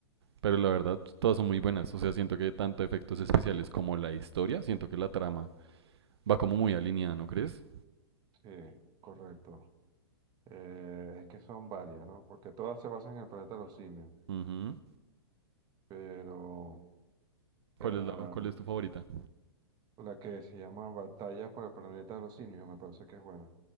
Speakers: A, on the right; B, on the right.
A: Pero la verdad, todas son muy buenas. O sea, siento que tanto efectos especiales como la historia, siento que la trama va como muy alineada, ¿no crees?
B: Sí, correcto. Eh, es que son varias, ¿no? Porque todas se basan en el planeta de los simios,
A: Ujú.
B: pero
A: ¿Cuál
B: eh,
A: es la, cuál es tu favorita?
B: la que se llama Batalla por el planeta de los simios me parece que es buena.